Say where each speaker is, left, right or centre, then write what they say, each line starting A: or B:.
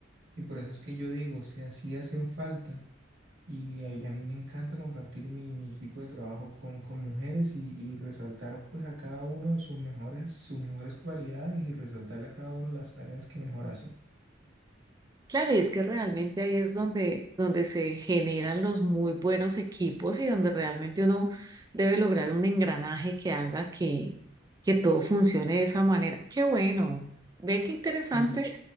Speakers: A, on the right; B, on the right.
A: y por eso es que yo digo, o sea, sí hacen falta, y a, y a mí me encanta compartir mi, mi equipo de trabajo con, con mujeres y, y resaltar pues a cada uno sus mejores, sus mejores cualidades y resaltarle a cada uno las tareas que mejor hace.
B: Claro, y es que realmente ahí es donde, donde se generan los muy buenos equipos y donde realmente uno debe lograr un engranaje que haga que, que todo funcione de esa manera. Qué bueno. Ve qué interesante
A: Sí,